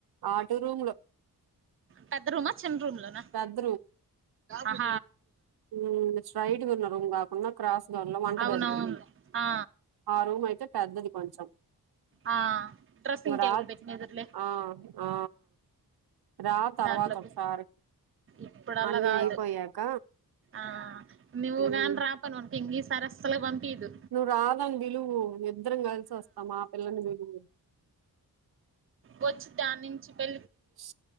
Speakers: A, on the right; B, on the right.
A: ఆటో రూమ్ లో
B: పెద్ద రూమా చిన్న రూమ్ లోనా
A: పెద్ద
B: ఆహ
A: మ్మ్మ్మ్ స్ట్రైట్ గున్నా రూమ్ కాకున్న క్రాస్గా ఉన్న వంటగదికి
B: అవునవును ఆ
A: ఆ రూమయితే పెద్దది కొంచెం
B: ఆ డ్రెస్సింగ్
A: మరాజ్
B: టేబుల్ పెట్టిన ఎదురులే
A: ఆ ఆ రా తర్వాతొకసారి
B: దాంట్లోకి ఇప్పుడు అలా
A: అన్నీ
B: కాదు
A: అయిపోయాక
B: ఆ నివ్వు
A: మ్
B: గానీ రాపైనవనుకో ఇంగీసారి అస్సల్ పంపియదు
A: నువ్వు రాదని పిలువు ఇద్దరం కలిసోస్తాం ఆ పిల్లని పిలువు
B: వొచ్చి దాన్నుంచి పే
A: స్